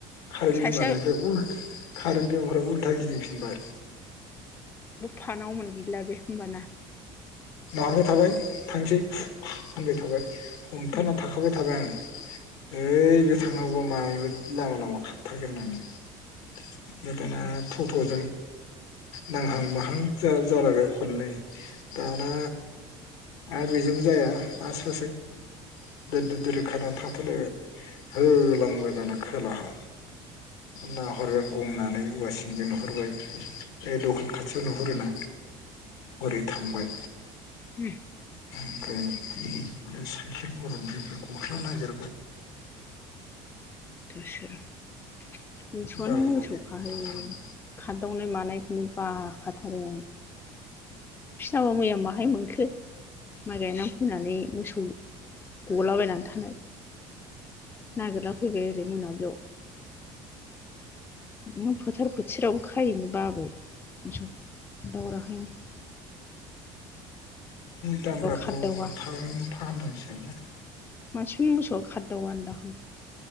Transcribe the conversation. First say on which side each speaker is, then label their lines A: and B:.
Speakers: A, on the left; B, on the left.
A: खारै
B: आरो
A: बिमानिफ्राय
B: सासेया
A: उलथ खारेन बिमानिफ्राय उल्था गिदिंफिनबाय।
B: फानाव मोनगैला बे होमबाना।
A: माबबाय थाबाय थांसै होनबाय थाबाय हमथना
B: उम
A: थाखाबाय थाबाय आं। ओय बे थांनांगौबा मायबा लामा लामा खाथ्थारगोन होन्नानै। आमफाय दाना
B: उम
A: फट'जों नांहां माहां जा जालायबाय खन्नै दाना आरो बेजोंबो जाया आर सासे दो-दो-दोर खारनानै थाबथा लायबाय होलांबाय दाना खोलाहा। नाहरबाय आं गंनानै औवासिनिजों नुहरबाय बे दखान खाथियाव नुहु हुरोना हरै थांबाय।
B: होम।
A: ओमफ्राय बे साइखेर गरंनिफ्राय बे गस्ला नागिरबाय <inaudible>
B: <unintelligible> मोसौआनो
A: बारग'बाय
B: मोसौ खाहै
A: थाथां बे
B: खारदावनाय मानायखौनो बाखा थारो आं बिसनाबा मैया बाहाय मोनखो माइ गायना फैनानै मोसौ गलाबायनानै थानाय नागिरला फैबाय बेै मोनाबिलियाव। न' फोथार फोथारावबो खायैनि बाबाय। सो खोनथाहराखैनो।
A: दामब्राखौ
B: खारदावा
A: थाब फाहामनांसिलै।
B: मानसिफोरनि मोसौआ खारदाव आनो दां।